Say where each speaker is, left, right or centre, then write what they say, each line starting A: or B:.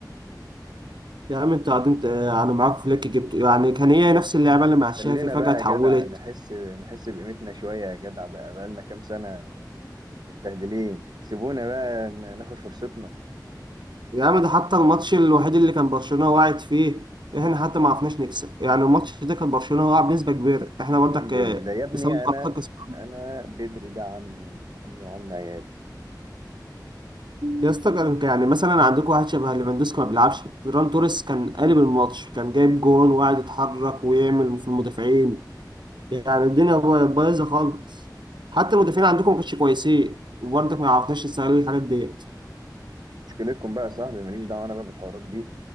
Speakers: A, on the right; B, on the right.
A: يا عم انت قاعدين ت- يعني معاك فليك جبت يعني كان هي نفس اللعبه اللي مع تشافي
B: خلينا
A: فجاه
B: بقى
A: اتحولت
B: يا جدع نحس نحس بقيمتنا شويه يا جدع بقى بقالنا كام سنه متبهدلين سيبونا بقى ن- ناخد فرصتنا
A: يا عم ده حتى الماتش الوحيد اللي كان برشلونه واعد فيه احنا حتى ما عرفناش نكسب يعني الماتش ده كان برشلونه واقع بنسبه كبيره احنا برضك
B: الحمد
A: آه،
B: لله يا ابني
A: بسبب
B: انا
A: غلطات كسبنا.
B: انا بدري ده عمي عمي وعم عيالي
A: يا اسطى كان يعني مثلا عندكم واحد شبه ليفاندوسكي ما بيلعبش فيران توريس كان قالب الماتش كان جايب جون وقاعد يتحرك ويعمل في المدافعين يعني الدنيا بايظه خالص حتى المدافعين عندكم ما كانش كويسين وبرضك ما عرفناش نستغل الحاجات ديت
B: مشكلتكم بقى يا صاحبي ماليش دعوه انا بقى بالحوارات دي